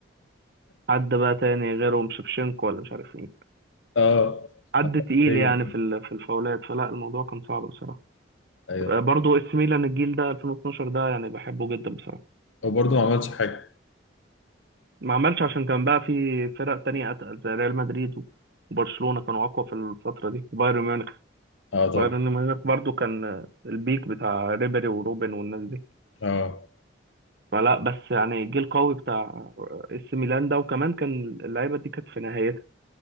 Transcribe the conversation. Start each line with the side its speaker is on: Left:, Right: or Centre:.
Right: حد بقى تاني غيرهم شفشنكو ولا مش عارف مين
Left: اه
Right: حد
Left: حرفياً.
Right: تقيل يعني في ال- في الفاولات فلا الموضوع كان صعب بصراحة
Left: ايوه
Right: برضو اس ميلان الجيل ده 2012 ده يعني بحبه جدا بصراحة
Left: وبرضه ما عملش حاجه
Right: ما عملش عشان كان بقى في فرق تانية أتقل زي ريال مدريد وبرشلونة كانوا أقوى في الفترة دي وبايرن ميونخ
Left: اه طبعا
Right: بايرن ميونخ برضو كان البيك بتاع ريبيري وروبن والناس دي
Left: اه
Right: فلا بس يعني جيل قوي بتاع اس ميلان ده وكمان كان اللعيبة دي كانت في نهايتها